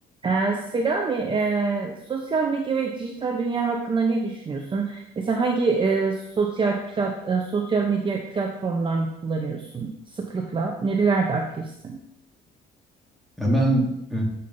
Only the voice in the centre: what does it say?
Ya ben e,